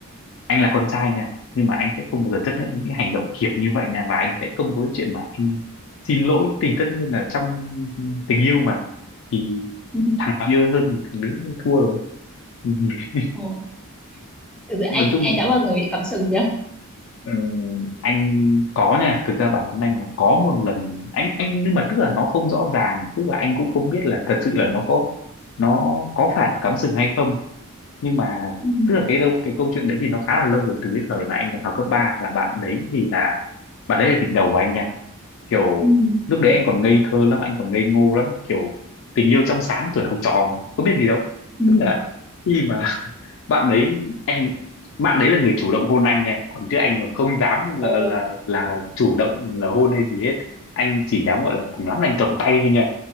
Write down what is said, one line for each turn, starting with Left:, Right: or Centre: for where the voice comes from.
Left: anh là con trai nha nhưng mà anh sẽ không bao giờ chấp nhận những cái hành động kiểu như vậy nha và anh sẽ không có cái chuyện mà anh xin lỗi thì tất nhiên là trong tình yêu mà thì
Centre: Ừ.
Left: thằng nào yêu hơn thì thằng đấy thua rồi <laughs>
Centre: Ồ, thực sự
Left: nói
Centre: anh
Left: chung
Centre: anh đã bao giờ bị cắm sừng chưa?
Left: Ừ, anh có nha thực ra bản thân anh là có một lần anh anh nhưng mà tức là nó không rõ ràng tức là anh cũng không biết là thật sự là nó có nó có phải là cắm sừng hay không nhưng mà
Centre: Ừ.
Left: tức là cái đâu cái câu chuyện đấy thì nó khá là lâu rồi từ cái thời mà anh còn học cấp ba là bạn đấy thì là bạn đấy là tình đầu của anh nha kiểu
Centre: Ừ.
Left: lúc đấy anh còn ngây thơ lắm anh còn ngây ngô lắm kiểu tình yêu trong sáng tuổi học trò mà, có biết gì đâu
Centre: Ừ.
Left: tức là khi mà bạn đấy anh bạn đấy là người chủ động hôn anh nha còn chứ anh còn không dám là
Centre: Ồ,
Left: là là chủ động là hôn hay gì hết anh chỉ dám gọi là cùng lắm là anh cầm tay thôi nha